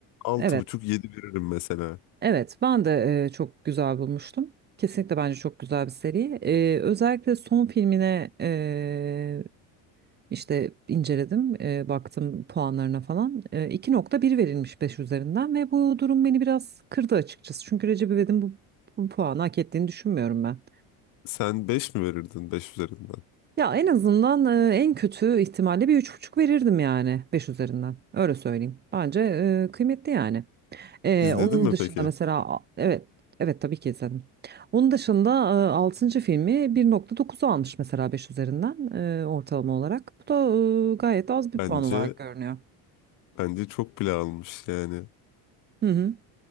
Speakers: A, on the left; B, on the right.
A: altı
B: evet,
A: buçuk yedi veririm mesela.
B: evet, ben de e, çok güzel bulmuştum. Kesinlikle bence çok güzel bir seri. E, özellikle son filmine e, işte inceledim, e, baktım puanlarına falan. E, iki nokta bir verilmiş 5 üzerinden ve bu durum beni biraz kırdı açıkçası. Çünkü Recep İvedik'in bu, bu puanı hak ettiğini düşünmüyorum ben.
A: Sen 5 mi verirdin 5 üzerinden?
B: Ya en azından e, en kötü ihtimalle bir üç buçuk verirdim yani 5 üzerinden. Öyle söyleyeyim. Bence e, kıymetli yani. Ee,
A: İzledin
B: onun
A: mi
B: dışında
A: peki?
B: mesela evet evet tabii ki izledim. Onun dışında altıncı filmi bir nokta dokuzu almış mesela 5 üzerinden e, ortalama olarak. Bu da e, gayet az bir
A: Bence
B: puan olarak görünüyor.
A: bence çok bile almış yani.
B: Hı hı,